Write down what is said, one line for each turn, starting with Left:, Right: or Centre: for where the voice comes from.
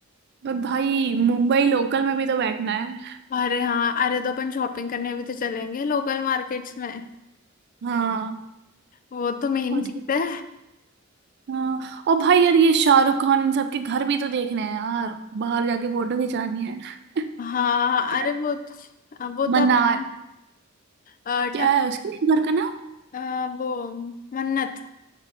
Right: पर भाई मुंबई लोकल में भी तो बैठना है
Left: अरे हाँ अरे तो अपन शॉपिंग करने भी तो चलेंगे लोकल मार्केट्स में
Right: हाँ
Left: वो तो मेन
Right: और
Left: चीज है
Right: हाँ और भाई यार ये शाहरुख खान इन सबके घर भी तो देखने हैं यार बाहर जाके फोटो खिंचानी है <laughs>
Left: हाँ
Right: क्या
Left: अरे वो वो तो
Right: मना
Left: अपन अ,
Right: क्या
Left: अपन-
Right: है उसके घर का नाम
Left: अ, वो मन्नत